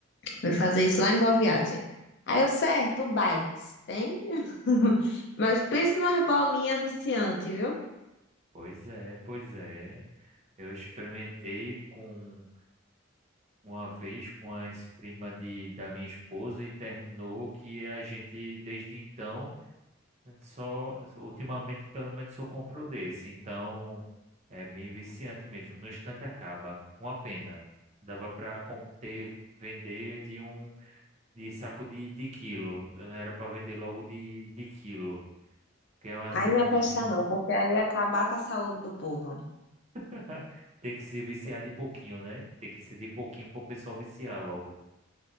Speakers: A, on the left; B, on the right.
A: Vai fazer isso lá em Boa Viagem. Aí eu, certo, o Bites, tem? <laughs> Mas pensa numa bolinha viciante, viu?
B: Pois é, pois é. Eu experimentei com uma vez com a ex-prima de, da minha esposa e terminou que a gente, desde então, só ultimamente pelo menos só comprou desse. Então é bem viciante mesmo. No instante acaba. Uma pena. Dava para ter vender de um de saco de, de quilo. Era para vender logo de, de quilo. Que é umas
A: Aí
B: gramazinhas.
A: não ia prestar não, porque aí ia acabar com a saúde do povo.
B: <laughs> Tem que se viciar de pouquinho, né? Tem que ser de pouquinho para o pessoal viciar logo.